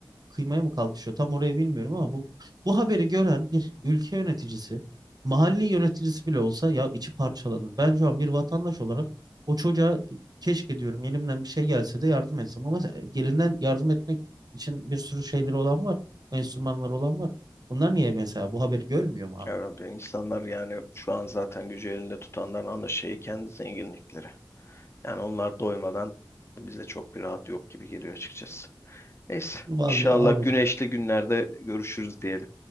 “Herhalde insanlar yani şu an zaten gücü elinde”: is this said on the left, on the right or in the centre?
Left